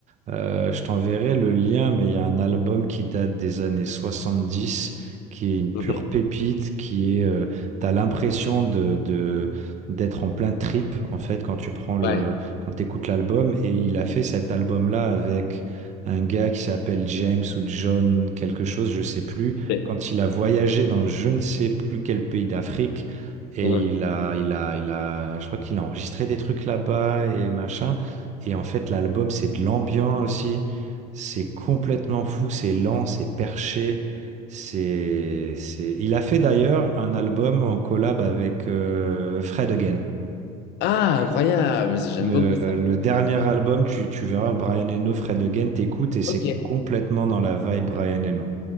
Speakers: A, on the right; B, on the left.
A: Euh, je t'enverrai le lien, mais il y a un album qui date des années 70, qui est une
B: ok,
A: pure pépite, qui est, euh, t'as l'impression de, de- d'être en plein trip, en fait, quand tu prends le,
B: ouais.
A: quand t'écoutes l'album. Et il a fait cet album-là avec un gars qui s'appelle James ou John quelque chose, je sais plus,
B: Ouais.
A: quand il a voyagé dans je ne sais plus quel pays d'Afrique. Et
B: Uhum.
A: il a, il a, il a, je crois qu'il a enregistré des trucs là-bas et machin. Et en fait, l'album, c'est de l'ambiance aussi. C'est complètement fou, c'est lent, c'est perché. C'est, c'est... Il a fait d'ailleurs un album en collab avec euh, Fred Again.
B: Ah, incroyable, ça, j'aime
A: Le,
B: beaucoup ça.
A: le dernier
B: Ouais.
A: album, tu, tu verras Brian Eno, Fred Again, t'écoutes et c'est
B: Ok,
A: complètement dans la vibe Brian Eno.